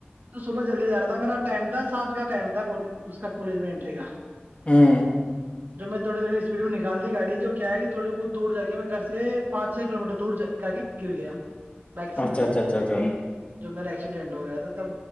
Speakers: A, on the right; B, on the left.
A: تو سب جلد ج رہا تھا میرا ٹم تھا سات کا ٹائم تھا اس کا کالج میں انٹری کا
B: ہوں
A: جو میں تھوڑی تھوڑی اسپیڈ میں نکال دی گاڑی جو کیا ہے کہ تھوڑی بہت دور جا کے میں گھر سے پانچ چھ کلو میٹر دور جا کے گر گیا بائک سے
B: اچھا اچھا اچھا اچھا
A: جو میرا ایکسیڈینٹ ہو گیا تھا تب